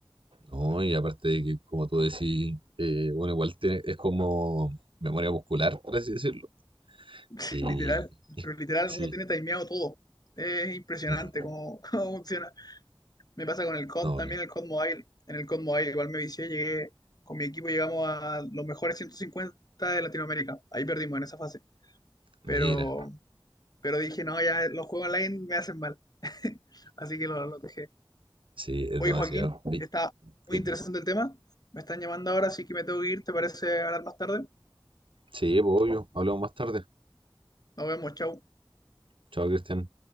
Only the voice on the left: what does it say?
<laughs>
Literal. Pero literal,
uno tiene timeado todo. Es impresionante
cómo, <laughs> cómo funciona. Me pasa con el COD,
también el COD Mobile. En el COD Mobile igual me vicié, llegué, con mi equipo llegamos a los mejores 150 de Latinoamérica. Ahí perdimos en esa fase.
Pero, pero dije, no, ya los juegos online me hacen mal. <laughs> Así que lo, lo dejé.
Oye,
Joaquín,
está muy
interesante el tema. Me están llamando ahora, así que me tengo que ir. ¿Te parece hablar más tarde?
Nos vemos, chau.